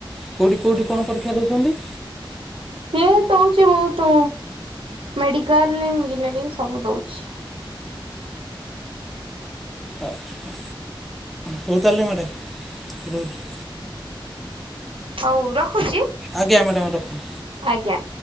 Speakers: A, in the centre; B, on the right.
A: କୋଉଠି କୋଉଠି କଣ ପରୀକ୍ଷା ଦେଉଛନ୍ତି?
B: ସିଏ ଦୋଉଚି ବୋହୁତ ମେଡିକାଲ୍ ଇଞ୍ଜିନିୟରିଂ ସବୁ ଦୋଉଚି।
A: ଆଚ୍ଛା ହୋଉ ତାହେଲେ ମ୍ୟାଡ଼ମ୍ ରହୁଚି।
B: ହୋଉ ରଖୁଚି।
A: ଆଜ୍ଞା, ମ୍ୟାଡ଼ାମ୍ ରଖନ୍ତୁ।
B: ଆଜ୍ଞା।